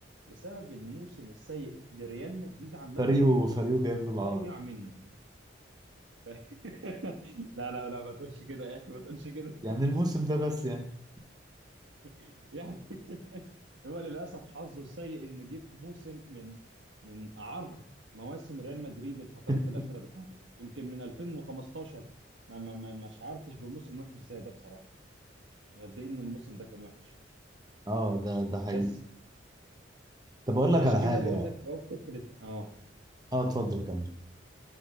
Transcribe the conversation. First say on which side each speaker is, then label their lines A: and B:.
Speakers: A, on the right; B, on the right.
A: بسبب الموسم السيء لريال مدريد عامه
B: فريقه فريقه جايب
A: هو اللي
B: له العار
A: ضيع منه <laughs> لا لا لا ما تقولش كده يا اخي ما تقولش كده
B: يعني الموسم ده بس يعني
A: <laughs> يعني هو للاسف حظه السيء ان جه في موسم من من اعر مواسم ريال مدريد الفترات
B: <laughs>
A: الاخيره دي خالص يمكن من 2015 ما ما ما ما شعرتش بموسم وحش زي ده بصراحه وقد ايه ان الموسم ده كان وحش
B: اه ده ده
A: بس
B: حقيقي طب اقول لك
A: فعشان
B: على
A: كده
B: حاجه
A: بقول لك اللي هو فكره اه
B: اه اتفضل كمل